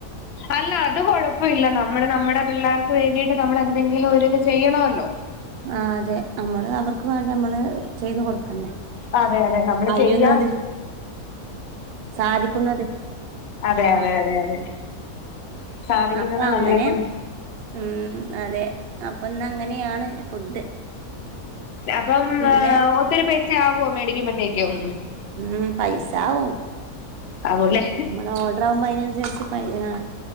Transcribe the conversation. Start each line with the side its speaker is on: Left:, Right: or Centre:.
Left: അല്ല അത് കൊഴപ്പമില്ല നമ്മള് നമ്മടെ പിള്ളേർക്ക് വേണ്ടിട്ട് നമ്മൾ എന്തെങ്കിലും ഒരിത് ചെയ്യണമല്ലോ
Right: ആ അതെ നമ്മള് അവർക്ക് വേണ്ടി നമ്മള് ചെയ്ത് കൊടുക്കണ്ടേ
Left: അതെ അതെ നമ്മള്
Right: കഴിയുന്നത്
Left: ചെയ്യാ
Right: സാധിക്കുന്നത്
Left: അതെ
Right: ആഹ്
Left: അതെ അതെ അതെ സാധിക്കുന്നത്
Right: അപ്പൊ
Left: നമ്മളെ
Right: അങ്ങനെ
Left: കൊണ്ട്
Right: ഉം അതെ അപ്പൊന്നങ്ങനെയാണ് ഫുഡ്
Left: അപ്പം
Right: പിന്നെ
Left: മ്അ ഒത്തിരി പൈസ ആകുവോ മേടിക്കുമ്പഴ്‌ തേക്കും
Right: ഉം പൈസാവും
Left: ആകൂല്ലേ
Right: നമ്മള് ഓർഡർ ആവുമ്പോ അതിനനുസരിച്ച് പൈ ആ